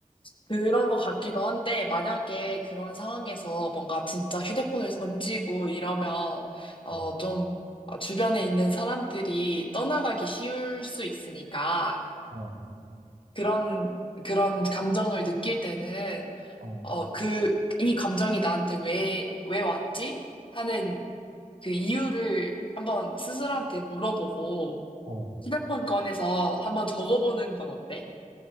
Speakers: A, on the left; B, on the right.
A: 그런 것 같기도 한데 만약에 그런 상황에서 뭔가 진짜 휴대폰을 던지고 이러면 어좀
B: 어,
A: 주변에 있는 사람들이 떠나가기 쉬울 수 있으니까
B: 어,
A: 그런 그런 감정을 느낄 때는
B: 어,
A: 어, 그, 이 감정이 나한테 왜, 왜 왔지? 하는 그 이유를 한번 스스로한테 물어보고
B: 어.
A: 휴대폰 꺼내서 한번 적어보는 건 어때?